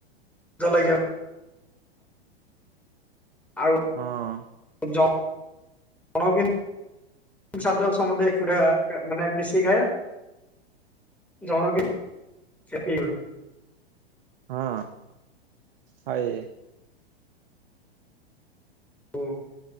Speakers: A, in the centre; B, on the right.
A: ଲାଜ ଲାଗିବ ଆଉ
B: ହଁ।
A: ଯା କ ସମଧେ ଏକୁଆ ମାନେ ମିଶିକି ଖାଇବା <unintelligible> ଜଣ କିି, ସେଠି ହୁଏ
B: ହଁ, ହାଏ
A: ହୁଁ।